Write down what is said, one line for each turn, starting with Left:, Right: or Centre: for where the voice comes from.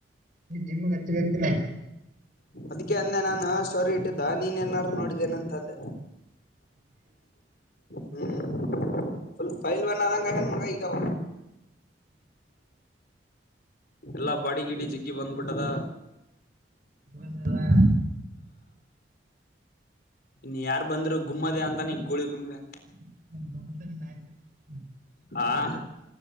Right: ನೀ ಜಿಮ್ಗ್ ಹಚ್ಬೇಕತಿಲ್ಲ.
Left: ಅದಕ್ಕೆ ಅಂದೆ ನಾನು ಸ್ಟೋರಿ ಇಟ್ಟಿದ್ದ ನೀನೇನಾರು ನೋಡಿದ್ದೇನ ಅಂತಂದೆ. ಹ್ಮ್ ಫುಲ್ ಫೈಲ್ವಾನ್ ಆದಂಗ್ ಆಗ್ಯಾನ ಮಗ ಈಗವ. ಎಲ್ಲಾ ಬಾಡಿ ಗೀಡಿ ಜಿಗ್ಗಿ ಬಂದ್ಬಿಟ್ಟದ.
Right: ದೆ.
Left: ಇನ್ಯಾರ್ ಬಂದ್ರು ಗುಮ್ಮದೆ ಅಂತಾನ ಈ ಗೂಳಿ ಗುಮ್ಲೆ.
Right: <unintelligible>
Left: ಹಾಂ